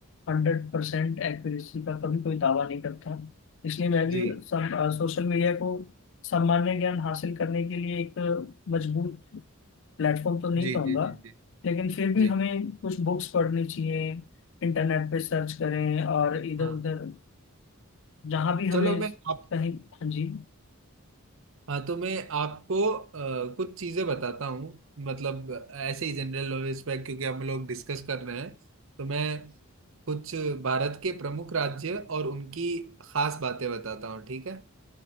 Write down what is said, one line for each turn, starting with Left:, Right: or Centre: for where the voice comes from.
Left: हंड्रेड परसेंट एक्यूरेसी का कभी कोई दावा नहीं करता इसलिए मैं
Right: जी
Left: भी सम, अ, सोशल मीडिया को सामान्य ज्ञान हासिल करने के लिए एक मजबूत प्लेटफॉर्म तो नहीं
Right: जी
Left: कहूंगा
Right: जी जी जी
Left: लेकिन फिर भी
Right: जी
Left: हमें कुछ बुक्स पढ़नी चाहिए इंटरनेट पे सर्च करें और इधर
Right: हाँ
Left: उधर जहां भी हमें
Right: चलो मैं आप
Left: कहीं हाँ जी
Right: हाँ तो मैं आपको अ, कुछ चीजें बताता हूँ मतलब ऐसे ही जनरल नॉलेज पे क्योंकि हम लोग डिस्कस कर रहे हैं तो मैं कुछ भारत के प्रमुख राज्य और उनकी खास बातें बताता हूँ ठीक है